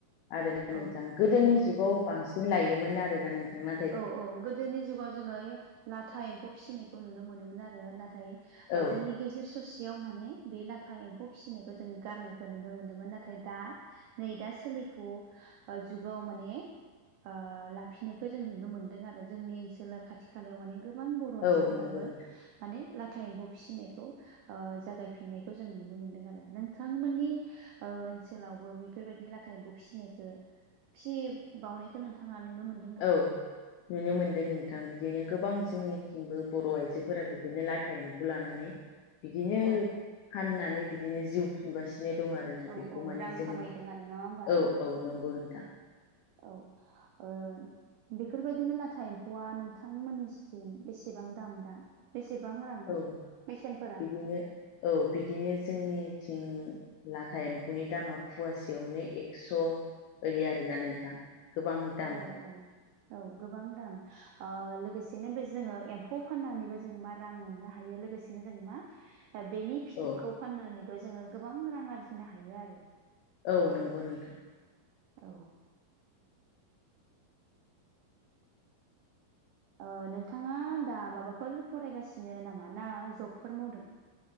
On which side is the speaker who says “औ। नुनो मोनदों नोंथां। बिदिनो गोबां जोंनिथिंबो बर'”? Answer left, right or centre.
Left